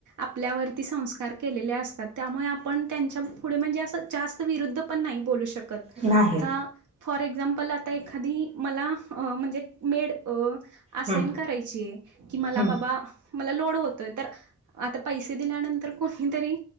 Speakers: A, on the right (about 75°); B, on the right (about 20°).
A: आपल्यावरती संस्कार केलेले असतात त्यामुळे आपण त्यांच्या पुढे म्हणजे जास्त विरुद्ध पण नाही बोलू शकत
B: नाही
A: आता फॉर एक्झाम्पल आता एखादी मला म्हणजे मेड असाइन
B: हम्म
A: करायची की मला
B: हम्म
A: बाबा मला लोड होतोय तर आता पैसे दिल्यानंतर कोणीतरी